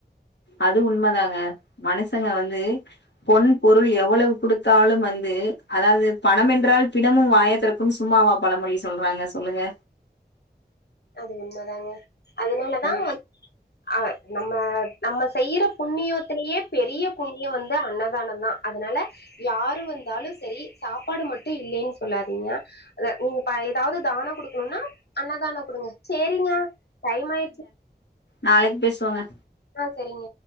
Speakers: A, on the left; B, on the left.
A: அது உண்மதாங்க மனஷங்க வந்து பொன் பொருள் எவ்வளவு குடுத்தாலும் வந்து அதாவ்து பணம் என்றால் பிணமும் வாயத்திறக் கும் சும்மாவா பழமொழி சொல்றாங்க சொல்லுங்க
B: அது உண்ம தாங்க அதனாலதா
A: ஆமா.
B: வந் அ நம்ம நம்ம செய்யற புண்ணியத்திலே பெரிய புண்ணியம் வந்து அன்னதானம் தா அதுனால யாரு வந்தாலும் செரி சாப்பாடு மட்டும் இல்லேன் சொல்லாதீங்க நீங்க இப்ப எதாவ்து தானம் குடுக்கணும்னா அன்னதானம் குடுங்க சேரிங்க டைம் ஆயிர்ச்சு
A: நாளைக் பேசுவோங்க
B: அ செரிங்க